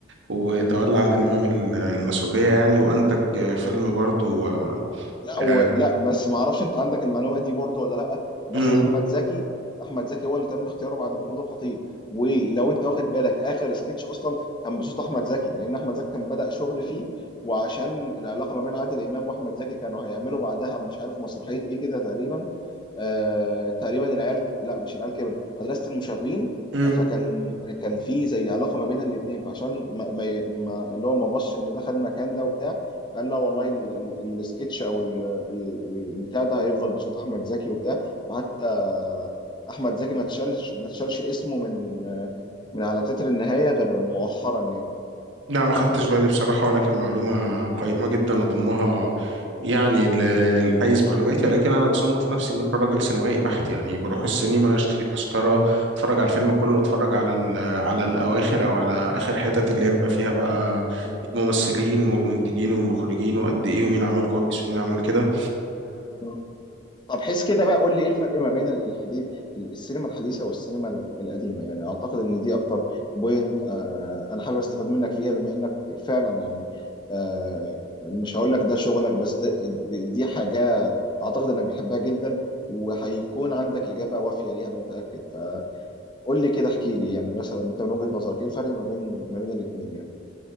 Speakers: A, on the right; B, on the left.
A: وتولى
B: مم.
A: عادل امام ال- المسؤوليه يعني وانتج
B: مم.
A: آه، فيلم برضو آه،
B: لا و...
A: آه،
B: لا بس ما اعرفش انت عندك المعلومه دي برضو ولا لا بس
A: مم،
B: احمد زكي احمد زكي هو اللي تم اختياره بعد محمود الخطيب ولو انت واخد بالك اخر سكتش اصلا كان بصوت احمد زكي لان احمد زكي كان بدأ شغل فيه وعشان العلاقه ما بين عادل امام واحمد زكي كانوا هيعملوا بعدها مش عارف مسرحيه ايه كده تقريبا آه، تقريبا العيال لا مش العيال كبرت مدرسة المشاغبين
A: مم،
B: آه، فكان كان في زي علاقة ما بين الاتنين فعشان ما... ما... ي- ما... اللي هو ما بصش ان ده خد المكان ده وبتاع فقال لا والله ال... ال... السكتش او ال... ال- البتاع ده هيفضل بصوت احمد زكي وبتاع وحتى احمد زكي ما تشالش ما تشالش اسمه من من على تتر النهاية غير مؤخرا يعني
A: لا ما خدتش بالي بصراحة ولكن معلومة
B: م-
A: قيمة جدا أضمها يعني ل- لحيز معلوماتي ولكن أنا بصنف نفسي إن أنا راجل سينمائي بحت يعني بروح السينما
B: م-
A: أشتري تذكرة أتفرج على الفيلم كله
B: م-
A: أتفرج على ال- على الأواخر أو على آخر حتت اللي يبقى فيها بقى
B: م-
A: الممثلين والمنتجين والمخرجين وقد إيه ومين عمل
B: م-
A: كويس ومين عمل كده
B: م- طب حس كده بقى قول لي ايه الفرق ما بين ال- الحديث ال- السينما الحديثه والسينما ال- القديمه يعني اعتقد ان دي اكتر بوينت آه انا حابب استفاد منك فيها بما انك فعلا يعني آه مش هقول لك ده شغلك بس ده دي دي حاجه اعتقد انك بتحبها جدا وهيكون عندك اجابه وافيه ليها انا متاكد فقول لي كده احكي لي يعني مثلا انت من وجهه نظرك ايه الفرق ما بين ما بين الاثنين يعني